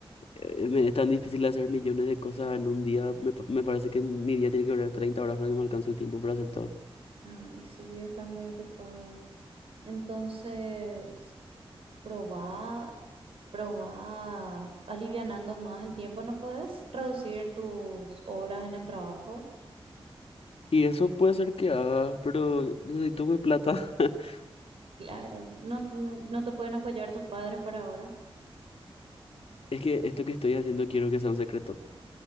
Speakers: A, on the left (about 75°); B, on the right (about 70°).
A: eh, me es tan difícil hacer millones de cosas en un día. Me, pa- me parece que mi día tiene que durar 30 horas para que me alcance el tiempo para hacer todo.
B: Ay, sí, estás muy ocupado. Entonces, probá Pero va alivianando más el tiempo, ¿no puedes reducir tus horas en el trabajo?
A: Y eso puede ser que haga, pero necesito mi plata. <laughs>
B: Claro, no, t- no, no te pueden apoyar tus padres por ahora.
A: Es que esto que estoy haciendo quiero que sea un secreto.